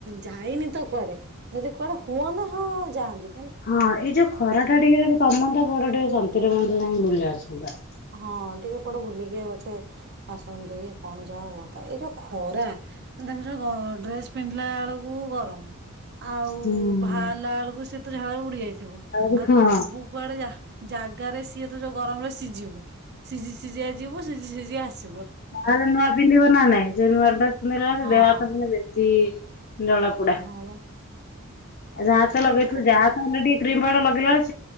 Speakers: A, on the right; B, on the left.
A: ଯାଇନି ତ କୁଆଡେ ଯଦି କୁଆଡେ ହୁଅନ୍ ହଁ ଯାଆନ୍ତି
B: ହଁ ଏଇ ଯୋଉ ଖରା ଟା ଟିକେ ଯଦି କମନ୍ତା ବଡ ଟିକେ ସନ୍ତରେ ମଣିଷ ଯାଇକି ବୁଲି ଆସନ୍ତା।
A: ହଁ ଟିକେ କଣ ବୁଲିକି ବା ସେ ଆସନ୍ତି କି କଣ ଯାହା ହୁଅନ୍ତା ଏଇ ଯୋଉ ଖରା ତାଙ୍କୁ ଯୋଉ ଡ୍ରେସ ପିନ୍ଧିଲା ବେଳକୁ ଗରମ ଆଉ
B: ହୁଁ।
A: ଭାଲା ବେଳକୁ ସେ ତ ଝାଳ ବୁଡ଼ିଆାଇଥି ଥିବୁ
B: ଆହୁରି
A: ଆଉ
B: ହଁ
A: ତୁ ଯିବୁ କୁଆଡେ ଜାଗାରେ ସିଏ ଯଉ ଗରମରେ ସିଝିବୁ ସିଝି ସିଝିଆ ଯିବୁ ସିଝି ସିଝି ଆସିବ
B: ତାହେଲେ ନୂଆ ପିନ୍ଧିବ ନା ନାଇଁ ନୂଆ ନେ ସେ
A: ହଁ
B: ଦେହାତ ମାନେ ବେଶୀ ଜଳା ପୋ।
A: ହଁ ବା
B: ଯାହା ତ ଲଗେଇଥୁ
A: ଏଇ ଗରମ
B: ଯାହା ତ ଅଲରେଡି କ୍ରିମ ପାଉଡର ଲଗେଇ